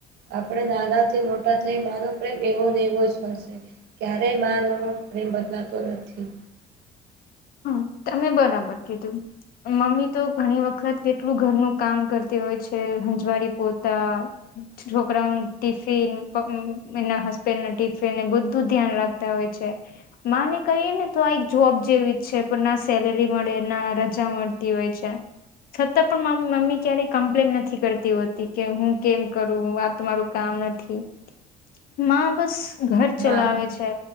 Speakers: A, on the right; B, on the left.
A: આપણે નાના થી મોટા થઈ માનો પ્રેમ એવો ને એવો જ હોય શે. ક્યારેય માં નો પ્રેમ બદલાતો નથી.
B: હમ તમે બરાબર કીધું મમ્મી તો ઘણી વખત કેટલું ઘરનું કામ કરતી હોય છે સંજવાળી, પોતા, છોકરાઓ નું ટીફિન એના હસબેન્ડ ટિફિનને બધું ધ્યાન રાખતા હોય છે. માં ને કહી ને તો આ એક જોબ જેવી છે. છે પણ ના સેલેરી મળે ના રજા મળતી હોય છે. છતાં પણ મમ્મી ક્યારેય કમ્પ્લેન નથી કરતી હોતી કે હું કેમ કરું આ મારું કામ નથી માં બસ ઘર ચલાવે
A: હા
B: છે